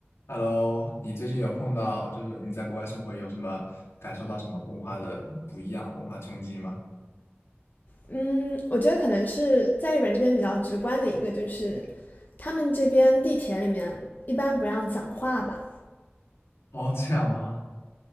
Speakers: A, on the left; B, on the left.
A: Hello，你最近有碰到，就是你在国外生活有什么感受到什么文化的不一样，文化冲击吗？
B: 嗯，我觉得可能是在日本这边比较直观的一个，就是他们这边地铁里面一般不让讲话吧。
A: 哦，这样吗？